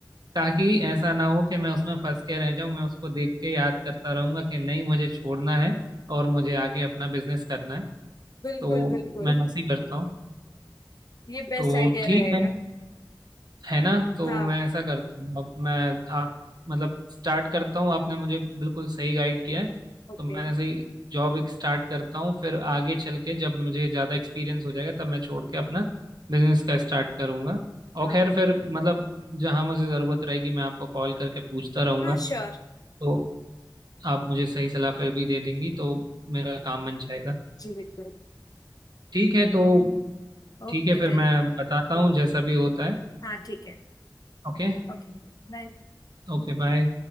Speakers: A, on the right; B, on the left.
A: ताकि ऐसा ना हो कि मैं उसमें फंस के रह जाऊं मैं उसको देख के याद करता रहूंगा कि नहीं मुझे छोड़ना है और मुझे आगे अपना बिजनेस करना है
B: बिल्कुल
A: तो
B: बिल्कुल
A: मैं ऐसे ही करता हूँ
B: ये बेस्ट
A: तो
B: आइडिया
A: ठीक
B: रहेगा
A: है है ना तो
B: हाँ
A: मैं ऐसा करता हूँ अब मैं आप मतलब स्टार्ट करता हूँ आपने मुझे बिल्कुल सही गाइड किया है
B: ओके
A: तो मैं ऐसे ही जॉब एक स्टार्ट करता हूँ फिर आगे चल के जब मुझे ज़्यादा एक्सपीरियंस हो जाएगा तब मैं छोड़ के अपना बिजनेस का स्टार्ट करूंगा और
B: हाँ
A: खैर फिर मतलब जहाँ मुझे ज़रूरत रहेगी मैं आपको कॉल करके पूछता रहूंगा
B: हाँ श्योर
A: तो आप मुझे सही सलाह फिर भी दे देंगी तो मेरा काम बन जाएगा
B: जी बिल्कुल
A: ठीक है तो
B: Okay
A: ठीक है फिर
B: then
A: मैं बताता हूँ जैसा भी होता है
B: हाँ ठीक है
A: ओके
B: ओके बाय
A: Okay bye